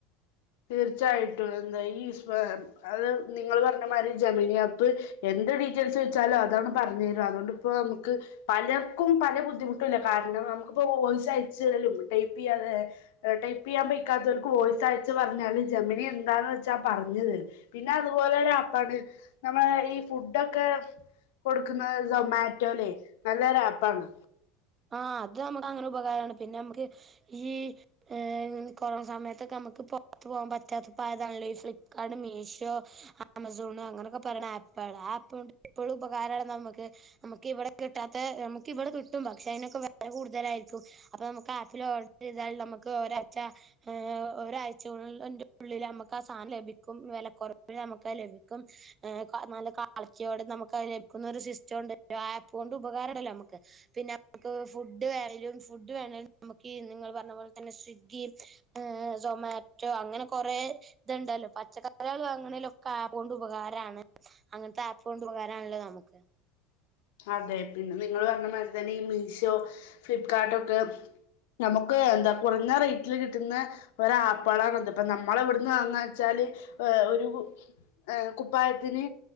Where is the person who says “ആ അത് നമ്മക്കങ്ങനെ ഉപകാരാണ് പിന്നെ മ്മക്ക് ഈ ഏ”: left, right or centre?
Right